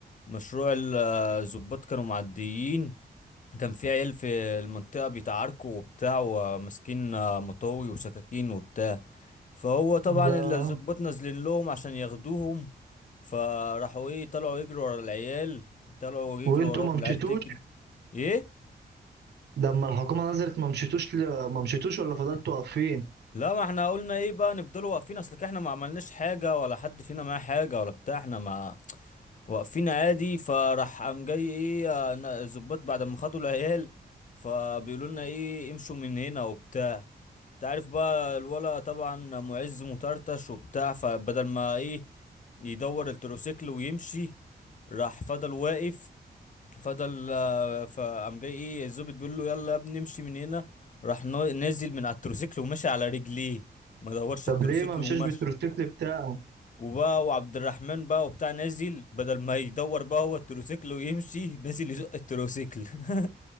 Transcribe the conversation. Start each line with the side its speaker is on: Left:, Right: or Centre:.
Left: مشروع الظباط كانوا معديين كان في عيال في المنطقة بيتعاركوا وبتاع وماسكين آه، مطاوي وسكاكين وبتاع فهو طبعا
Right: لا
Left: اللي الظباط نازلين لهم عشان ياخدوهم فراحوا ايه طلعوا يجروا ورا العيال طلعوا يجروا
Right: وانتوا
Left: وراهم
Right: ما
Left: والعيال
Right: مشيتوش
Left: تجري ايه
Right: لما الحكومه نزلت ما مشيتوش ل... ما مشيتوش ولا فضلتوا واقفين
Left: لا ما احنا قلنا ايه بقى نفضلوا واقفين اصل احنا ما عملناش حاجة ولا حد فينا معاه حاجة ولا بتاع احنا ما واقفين عادي فراح قام جاي ايه آه، الظباط بعد ما خدوا العيال فبيقولوا لنا ايه امشوا من هنا وبتاع تعرف بقى الولا طبعا معز مطرطش وبتاع فبدل ما ايه يدور التروسيكل ويمشي راح فضل واقف فضل آه، فقام جاي ايه الظابط بيقول له يلا يا ابني امشي من هنا راح نا- نازل من على التروسيكل وماشي على رجليه ما دورش
Right: طب
Left: التروسيكل
Right: ليه ما مشاش
Left: ومشي
Right: بالتروسيكل بتاعه
Left: وبقى وعبد الرحمن بقى وبتاع نازل بدل ما يدور بقى هو التروسيكل ويمشي نازل يزق التروسيكل <laughs>